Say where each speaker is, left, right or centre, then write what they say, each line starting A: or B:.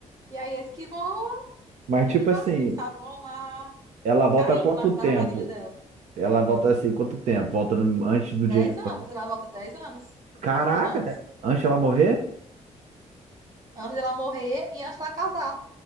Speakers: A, on the right; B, on the right.
A: E aí eles que vão
B: Mas
A: indo
B: tipo assim,
A: assim, sabe? Vão lá
B: ela
A: e
B: volta
A: caindo
B: quanto
A: na
B: tempo?
A: na armadilha dela.
B: Ela volta assim, quanto tempo? Volta no- antes do
A: Dez
B: dia de hoje?
A: anos, ela volta dez anos
B: Caraca,
A: antes.
B: de- antes ela morrer?
A: Antes dela morrer e antes dela casar.